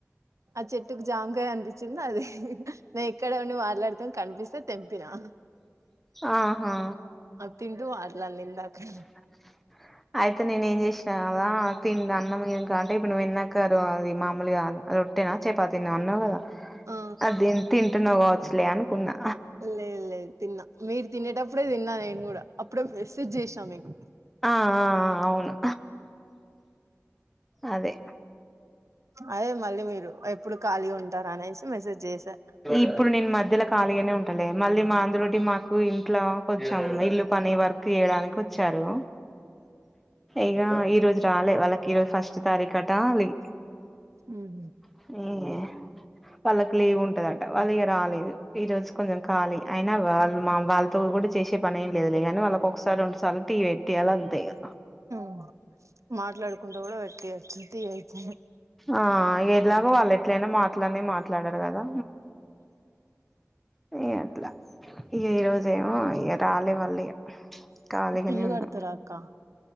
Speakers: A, on the right; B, in the centre.
A: ఆ చెట్టుకు జామకాయ్ కనిపించింది అది నేను ఇక్కడే ఉండి మాట్లాడుతాన కనిపిస్తే తెంపినా
B: ఆహా
A: అది తింటూ మాట్లాడిన నిందాకా
B: <inaudible> అయితే నేను ఏం చేసినా కదా తిన్న అన్నం కాదూ అంటే ఇప్పుడు నువ్వు వెన్నక్కారు అది మామూలుగా కాదు ఆ రో ట్టేనా చపాతిన్నా అన్నావు కదా
A: ఆ
B: అది తింటున్నావు కావచ్చులే అనుకున్నా
A: లేదు లేదు తిన్నా మీరు తినేటప్పుడే తిన్నా నేను కూడా అప్పుడే మెసేజ్ చేసినా మీకు
B: ఆ ఆ అవును అదే
A: అదే మళ్ళీ మీరు ఎప్పుడు ఖాళీ ఉంటారు అనేసి మెసేజ్ చేసా
B: ఇప్పుడు నేను మధ్యలో ఖాళీగానే ఉంటలే మళ్ళీ మా అందులోటి మాకు ఇంట్లో కొంచెం ఇల్లు పనే వరకు తీయడానికి వచ్చారు ఇక ఈరోజు రాలే వాళ్ళకి ఈరోజు ఫస్ట్ తారీఖట అది
A: మ్
B: ఏ వాళ్ళకి లీవ్ ఉంటదట వాళ్ళకి రాలేదు ఈ రోజు కొంచెం కాలిీ అయినా వాళ్ళు మా వాళ్ళతో కూడా చేసే పని ఏం లేదులేగాని వాళ్ళకు ఒకసారి రెండుసార్లు టీ పెట్ేయాలి అంతే ఇగ
A: మ్ మాట్లాడుకుంటా కూడా పెట్టియ్యొచ్చు టి అయితే
B: ఆ ఎలాగో వాళ్ళు ఎట్లయినా మాట్లానే మాట్లాడారు కదా ఇగ అట్లా ఇగ ఈ రోజేమో ఇగ రాలే వాళ్ళు ఇగ కాలీగానే
A: ఇల్లు
B: ఉన్నాం
A: కడతారా అక్క